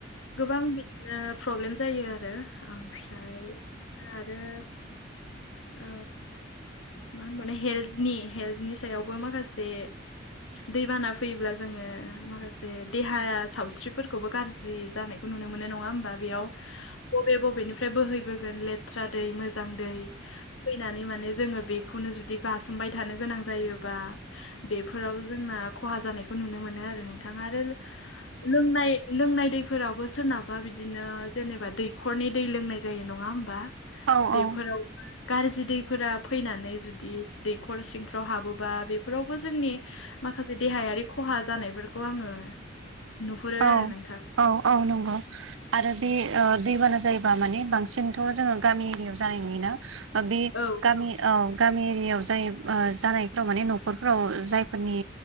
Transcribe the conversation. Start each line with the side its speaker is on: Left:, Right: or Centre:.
Left: गोबां बिदिनो प्रब्लेम जायो आरो ओमफ्राय आरो ओ मा होनबावनो हेल्थनि हेल्थनि सायावबो माखासे दैबाना फैयोब्ला जोङो माखासे देहा सावस्रिफोरखौबो गाज्रि जानायखौ नुनो मोनो नङा होमबा। बेयाव बबे बबेनिफ्राय बोहैबोगोन लेथ्रा दै मोजां दै फैनानै माने जोङो बेखौनो जुदि गासोमबाय थानो गोनां जायोबा बेफोराव जोंना खहा जानायखौ नुनो मोनो आरो नोंथां आरो लोंनाय लोंनाय दैफोरावबो सोरनाबा बिदिनो जेनेबा दैखरनि दै लोंनाय जायो नङा होमबा
Right: औ
Left: बेफोरा
Right: औ
Left: गारजि दैफोरा फैनानै जुदि दैखर सिंफ्राव हाबोबा बे फोरावबो जोंनि माखासे देहायारि खहा जानायफोरखौ आङो नुहरो
Right: औ
Left: आरो नोंथां
Right: औ औ नंगौ आरो बे ओ दैबाना जायोबा माने बांसिनथ' जोङो गामि एरियाव जानाय नुयोना ओबे
Left: औ
Right: गामि औ गामि एरियायाव जायो ओ जानायफोराव माने न'खरफोराव जायफोरनि